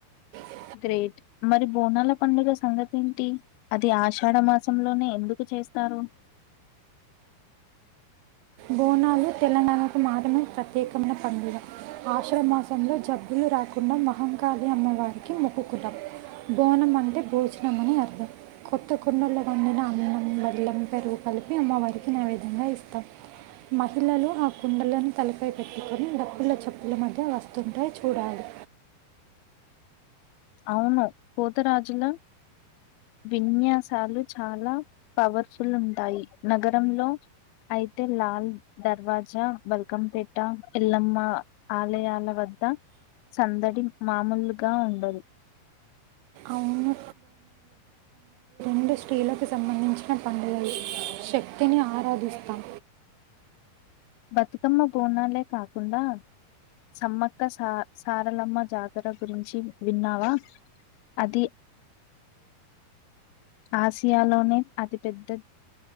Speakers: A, on the right; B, on the left.
A: అ <unintelligible>
B: గ్రేట్ మరి బోనాల పండుగ సంగతి ఏంటి అది ఆషాఢ మాసంలోనే ఎందుకు చే చేస్తారు
A: బోనాలు తెలంగాణకు మాత్రమే ప్రత్యేకమైన పండుగ ఆషడమాసంలో జబ్బులు కాకుండ మహంకాళి అమ్మవార్కి మొక్కుకుంటాం బోనం మన్ టే భోచనం అని అర్థం కొత్త కుండల వండిన అన్నం బెల్లం పెరుగు కలిపి అమ్మవారికి నైవేద్యంగ ఇస్తాం మహిళలు ఆ కుండలను తలపై పెట్టుకొని డప్పుల్ల చప్పుల్ల మధ్య వస్తుంటే చూడాలి
B: ఔను పోతరాజుల విన్యాసాలు చాలా పవర్ఫుల్ ఉంటాయి నగరంలో ఐతే లాల్ దర్వాజా బల్కంపేట ఎల్లమ్మా ఆలయాల వద్ ట సందడి మామూల్గా ఉండదు
A: అవును అండ్ స్త్రీలకు సంబంధించిన పండుగ ఇది శక్తిని ఆరాధిస్తాం
B: బతుకమ్మ బోనాలే కాకుండా సమ్మక్క సా సారలమ్మ జాతర గురించి విన్నావా అది ఆసియాలోనే అతిపెద్దద్